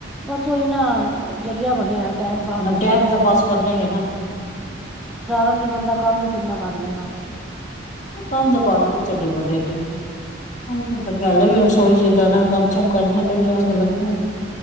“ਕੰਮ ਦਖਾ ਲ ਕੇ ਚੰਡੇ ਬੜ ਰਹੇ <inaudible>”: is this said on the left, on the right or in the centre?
Left